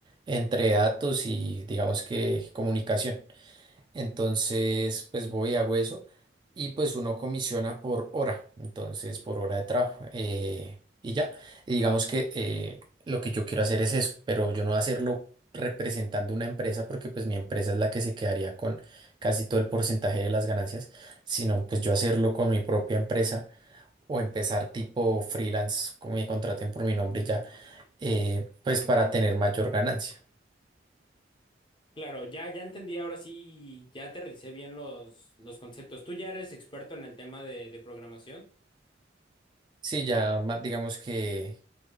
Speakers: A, on the right (about 25°); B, on the left (about 25°).
A: entre datos y digamos que comunicación. Entonces pues voy, hago eso y pues uno comisiona por hora, entonces por hora de trabajo eh, y ya. Y digamos que eh, lo que yo quiero hacer es eso, pero yo no voy a hacerlo. representando una empresa porque pues mi empresa es la que se quedaría con casi todo el porcentaje de las ganancias, sino pues yo hacerlo con mi propia empresa o empezar tipo freelance, como me contraten por mi nombre y ya, eh, pues para tener mayor ganancia.
B: Claro, ya, ya entendí, ahora sí, ya aterricé bien los, los conceptos. Tú ya eres experto en el tema de, de programación.
A: Sí, ya ma- digamos que